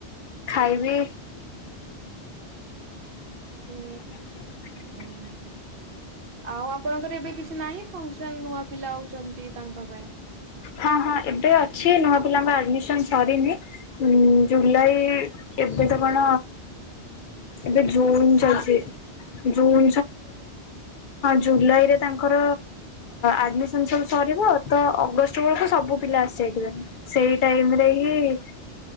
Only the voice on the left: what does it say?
ଖାଇବି <inaudible>
ହଁ ହଁ ଏବେ ଅଛି ନୂଆ ପିଲାଙ୍କ ଆଡମିସନ ସରିନି ଜୁଲାଇ ଏବେ ତ କଣ ଏବେ ଜୁନ ଚାଲିଛି। ଜୁନ ଜୁଲାଇରେ ତାଙ୍କର ଆଡମିଶନ୍ ସବୁ ସଇ କରିବ ତ ଅଗଷ୍ଟ କୁ ସବୁ ପିଲା ଆସି ଯାଇଥିବେ। ସେଇ ଟାଇମ ରେ ହିଁ